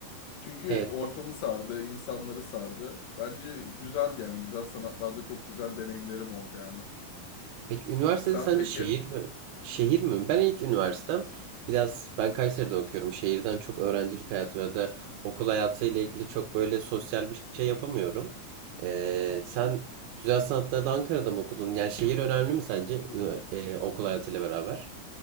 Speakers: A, on the left; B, on the right.
A: Çünkü
B: Evet.
A: ortamı sardı, insanları sardı. Bence güzeldi yani. Güzel sanatlarda çok güzel deneyimlerim oldu yani.
B: Peki üniversitede
A: Sen
B: sence
A: peki?
B: şehir
A: Hı
B: mi? Şehir mi? Ben ilk üniversitem biraz ben Kayseri'de okuyorum. Şehirden çok öğrencilik hayatı ya da okul hayatı ile
A: hı,
B: ilgili çok böyle sosyal bir şey yapamıyorum. Ee,
A: hı hı.
B: sen güzel sanatları da Ankara'da mı okudun? Yani şehir önemli mi sence
A: Yok.
B: ünivers- e, okul hayatıyla beraber?